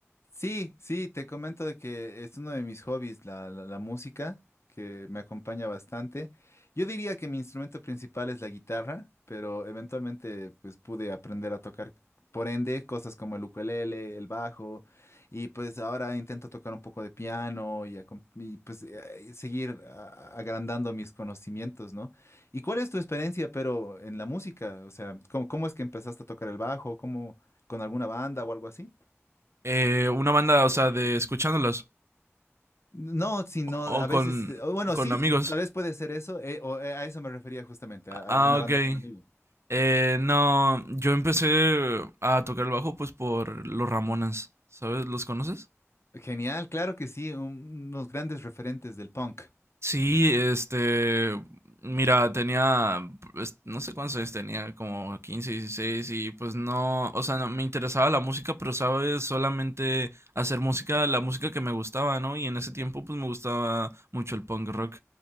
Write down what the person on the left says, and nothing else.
Sí, sí, te comento de que es uno de mis hobbies, la, la- la música, que me acompaña bastante. Yo diría que mi instrumento principal es la guitarra, pero eventualmente pues pude aprender a tocar, por ende, cosas como el ukelele, el bajo, y pues ahora intento tocar un poco de piano y, acom- y, pues eh, seguir a- agrandando mis conocimientos, ¿no? ¿Y cuál es tu experiencia, pero en la música? O sea, ¿cómo, cómo es que empezaste a tocar el bajo? ¿Cómo con alguna banda o algo así?
No, sino
a
veces, te- o bueno,
sí,
tu- tal vez puede ser eso, eh, o eh, a eso me refería justamente, a,
a una banda
con amigos.
Genial, claro que sí, un- unos grandes referentes del punk.